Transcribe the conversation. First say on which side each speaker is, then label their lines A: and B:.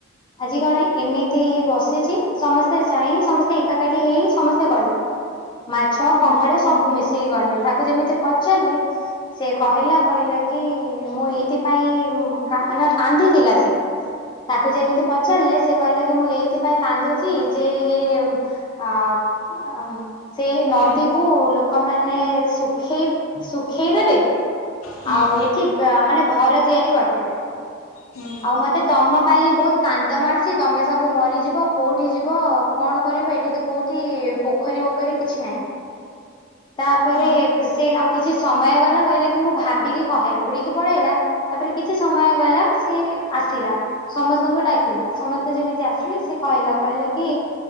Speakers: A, on the left (about 25°); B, on the left (about 85°).
A: ଆଜି କଣ ଏମିତି ବ- ସମସ୍ତେ ଯାଇ ସମସ୍ତେ ଏକାଠି ହେଇ ସମସ୍ତେ ଗଲେ। ମାଛ
B: ହୁଁ
A: କଙ୍କଡା- ସବୁ ମିଶିକି ଗଲେ। ତାକୁ ଯେମିତି ପଚାରିଲେ। ସେ କହିଲା କହିଲା କି- ମୁଁ ଏଇଥିପାଇଁ କା ନା କାନ୍ଦୁଥିଲା ସେ? ତାକୁ ଯେମିତି ପଚାରିଲେ ସେ କହିଲା କି ମୁଁ ଏଇଥିପାଇଁ କାନ୍ଦୁଛି ଯେ ଇଏ ଅ ଆ ସେ ନଦୀକୁ
B: ହୁଁ
A: ଲୋକମାନେ ଶୁଖେଇ ଶୁଖେଇ ଦେବେ।
B: ହୁଁ
A: ଆଉ ଏଠି ବା ମାନେ ଘର ତିଆରି କରିଦେବେ।
B: ହୁଁ
A: ଆଉ ମତେ ତମ ପାଇଁ ବହୁତ କାନ୍ଦ ମାଡୁଛି ତମେ ସବୁ ମରିଯିବ କୋଉଠି ଯିବ କଣ କଣ କରିବ ଏଠି ତ କୋଉଠି ପୋଖରୀ ବୋଖରୀ କିଛି ନାହିଁ। ତାପରେ
B: ହଁ
A: ସେ ଆଉ କିଛି ସମୟ ଗଲା କହିଲା କି ମୁଁ ଭାବିକି କହେ ଉଡିକି ପଳେଇଲା ତାପରେ କିଛି ସମୟ ଗଲା ସେ ଆସିଲା ସମସ୍ତଙ୍କୁ ଡାକିଲା ସମସ୍ତେ ଯେମିତି ଆସିଲେ ସେ କହିଲା କହିଲା କି